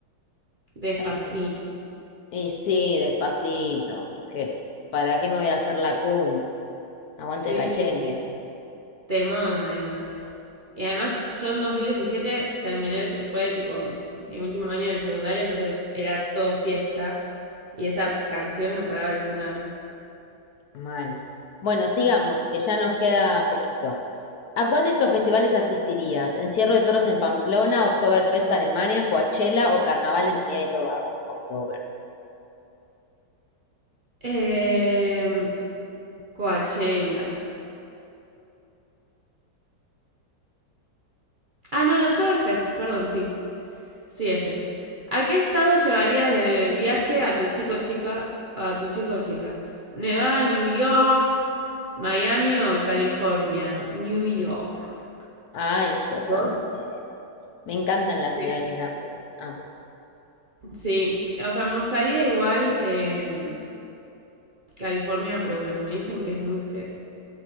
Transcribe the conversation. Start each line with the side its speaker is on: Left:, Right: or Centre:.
Right: Despacito.
Left: Eh, y sí, despacito. Que, ¿para qué me voy a hacer la cool? Aguante
Right: Sí,
Left: el cachengue.
Right: sí, sí. Temón, además. Y además, yo en 2017 terminé, el se- fue tipo mi último año del secundario, entonces era todo fiesta. Y esa canción no paraba de sonar.
Left: Mal. Bueno, sigamos, que ya nos queda poquito. ¿A cuál de estos festivales asistirías? ¿Encierro de toros en Pamplona, Oktoberfest Alemania, Coachella o Carnaval en Trinidad y Tobago? Oktober.
Right: Eh, Coachella. Ah, no, el Oktoberfest, perdón, sí. Sí, ese. ¿A qué estado llevarías de viaje a tu chico o chica, a tu chico o chica? Nevada, New York, Miami o California? New York.
Left: Ay, yo también.
Right: ¿Vos?
Left: Me encantan las
Right: Sí,
Left: ciudades grandes. Amo.
Right: sí. O sea, me gustaría igual eh, California, pero bueno, me dicen que es muy feo